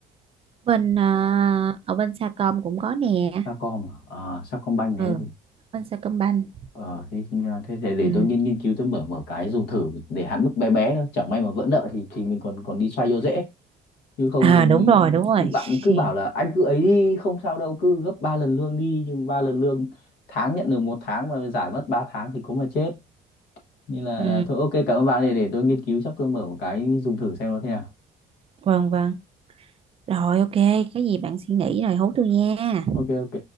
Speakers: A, on the right; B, on the left.
A: bên ờ, ở bên Sacom cũng có nè
B: Sacom à, Sacombank
A: ừ
B: đấy gì
A: bên Sacombank
B: ờ thế, thì- à, thế để, để
A: ừ.
B: tôi nghiên nghiên cứu tôi mở mở cái dùng thử để hạn mức bé bé thôi chẳng may mà vỡ nợ thì thì mình còn còn đi xoay vô dễ chứ không
A: à đúng
B: thì-
A: rồi đúng rồi
B: cứ- bạn ấy cứ bảo là
A: <laughs>
B: anh cứ ấy đi không sao đâu cứ gấp 3 lần lương đi nhưng ba lần lương tháng nhận được một tháng mà giải mất 3 tháng thì có mà chết nên là
A: Ừ,
B: thôi ok cảm ơn bạn để để tôi nghiên cứu chắc tôi mở một cái dùng thử xem nó thế nào
A: vâng vâng. Rồi ok, cái gì bạn suy nghĩ rồi hú tôi nha.
B: ok ok